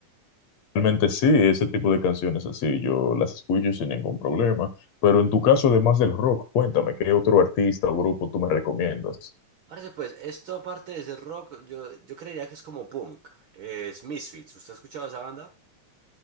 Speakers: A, on the left; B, on the right.
A: Realmente sí, ese tipo de canciones así yo las escucho sin ningún problema. Pero en tu caso, además del rock, cuéntame, ¿qué otro artista o grupo tú me recomiendas?
B: Parece pues, esto aparte de ser rock, yo, yo creería que es como punk. Es Misfits. ¿Usted ha escuchado esa banda?